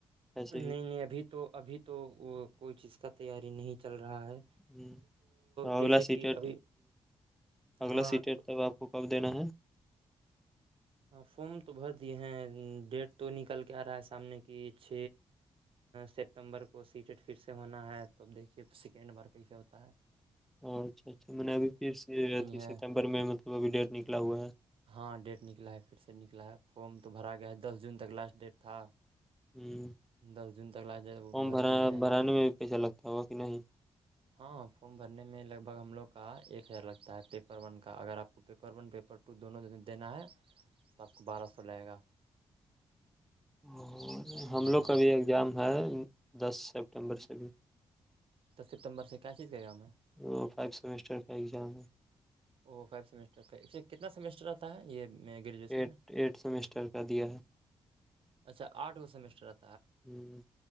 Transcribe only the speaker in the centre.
ایسے ہی
ہوں تو اگلا
سیٹی
اگلا
سیٹیٹ
تب آپ کو کب دینا ہے
اچھا اچھا میں نے ابھی پھر سےھی
ستمبر میں مطلب ابھی ڈیٹ نکلا ہوا ہے
ہے
فارم
بھرا
بھرانے میں بھی پیسہ لگتا ہوگا کہ نہیں
اور
ہم لوگ کا بھیھی ایگزام ہے دس سپٹمبر سے بھی
وہ فائیو سیمیسٹر کا ایگزام ہے
ایٹھ
ایٹتھ سمسٹر کا دیا ہے
ہوں